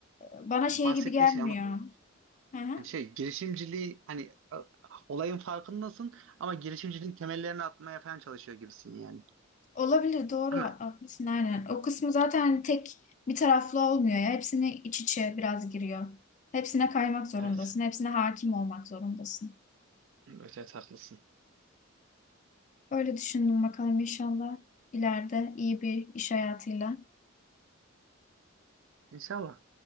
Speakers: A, on the left; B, on the right.
A: Bana şey
B: Yani bahsettiğin
A: gibi gelmiyor.
B: şey anladım.
A: Hı hı.
B: Yani şey girişimciliği hani a- olayın farkındasın ama girişimciliğin temellerini atmaya falan çalışıyor gibisin yani.
A: Olabilir doğru
B: Değil
A: haklısın
B: mi?
A: aynen. O kısmı zaten hani tek bir taraflı olmuyor ya. Hepsini iç içe biraz giriyor. Hepsine kaymak zorundasın.
B: Evet.
A: Hepsine hakim olmak zorundasın.
B: Evet evet haklısın.
A: Öyle düşündüm bakalım inşallah ileride iyi bir iş hayatıyla.
B: İnşallah.